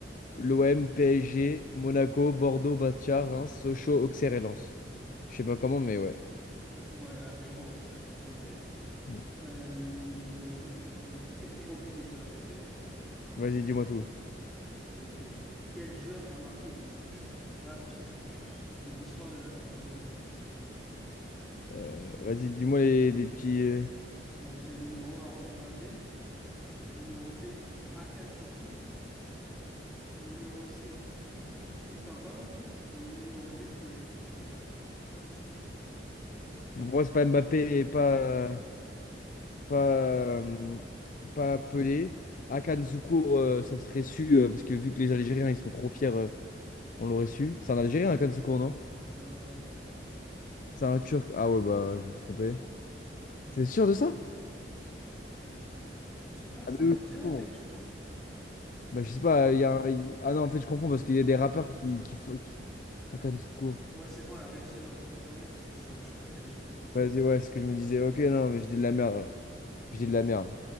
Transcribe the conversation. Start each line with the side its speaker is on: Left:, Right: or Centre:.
Left: l'OM, PSG, Monaco, Bordeaux, Bastia, Reims, Sochaux, Auxerre et Lens. Je sais pas comment, mais ouais.
Centre: Ouais, aberrant, Auxerre. Ok.
Left: Mm.
Centre: Euh, vas-y, elle est très très compliquée celle-là, t'es prêt?
Left: Vas-y, dis-moi tout.
Centre: Ok. Quel joueur a marqué le plus rapide but de l'histoire de la Coupe du Monde?
Left: Euh, vas-y, dis-moi les, les petits. euh,
Centre: Donc euh, numéro A, Mbappé. Numéro B, Akansuku. Numéro C, Poum Poum Pim Pam Pam. Et le numéro D, Pelé.
Left: Pour moi, c'est pas Mbappé et pas. pas, euh, pas Pelé. Hakan Şükür, euh, ça serait su, euh, parce que vu que les Algériens, ils sont trop fiers, euh, on l'aurait su. C'est un Algérien, Hakan Şükür, non?
Centre: Non, non, c'est un Turc.
Left: C'est un Turc. Ah ouais, bah, je me suis trompé. T'es sûr de ça?
Centre: Il il- il me semble pas que
Left: Ah,
Centre: c'est
Left: mais
Centre: un
Left: oui,
Centre: Algérien,
Left: c'est bon.
Centre: Akansuku.
Left: Bah, je sais pas, il y a un- il- Ah non, en fait, je confonds parce qu'il y a des rappeurs qui, qui font... qui- Hakan Şükür.
Centre: Ouais, c'est bon, la régie, elle m'a confirmé, c'est c'est un Turc à Can Çukur.
Left: Vas-y, ouais, c'est ce que je me disais. Ok, non, mais j'ai dit de la merde, alors. J'ai dit de la merde.